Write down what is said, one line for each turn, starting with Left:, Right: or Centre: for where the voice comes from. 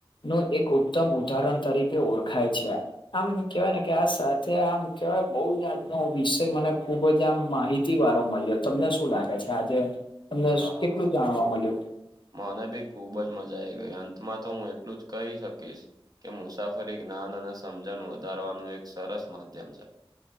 Left: નું એક ઉત્તમ ઉદાહરણ તરીકે ઓળખાય છે આ. આમ કેવાય નેકે આ સાથે આમ કેવાય બહુ જાતનો વિષય મને ખુબ જ આમ માહિતી તિવારો મળ્યો તમને શું લાગે છે આજે, તમને
Right: હા
Left: કેટલું
Right: હા
Left: જાણવા મળ્યું?
Right: મને ભી ખુબ જ મજા આવી ગઈ અંતમાં તોહું એટલું જ કહી શકીશ. કે મુસાફરી જ્ઞાન અને સમજણ વધારવાનું એક સરસ માધ્યમ છે,